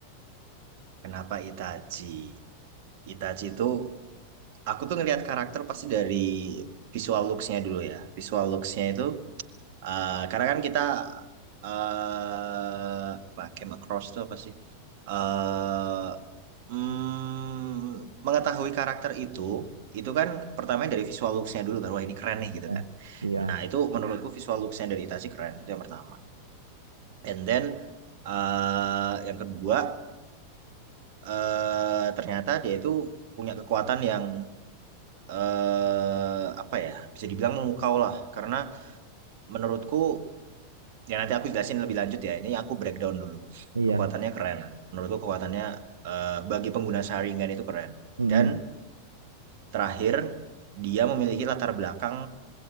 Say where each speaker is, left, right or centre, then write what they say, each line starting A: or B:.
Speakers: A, on the right; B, on the right.
A: kenapa Itachi. Itachi itu aku tuh ngelihat karakter pasti dari visual looks-nya dulu ya, visual looks-nya itu ah, karena kan kita eh pakai macross tuh apa sih? Eh mm, mengetahui karakter itu, itu kan pertamanya dari visual looks-nya dulu kan, wah ini keren nih gitu
B: Ya,
A: kan.
B: iya,
A: Nah itu Hmm. menurutku visual looks-nya dari Itachi keren, itu yang pertama. And then eh, yang kedua, eh, ternyata dia itu punya kekuatan yang eh apa ya, bisa dibilang memukau lah. Karena menurutku, ya nanti aku jelasin lebih lanjut ya, ini aku breakdown dulu.
B: iya,
A: Kekuatannya keren, menurutku kekuatannya eh, bagi pengguna Sharingan itu keren.
B: Mm-mm.
A: Dan Terakhir, dia memiliki latar belakang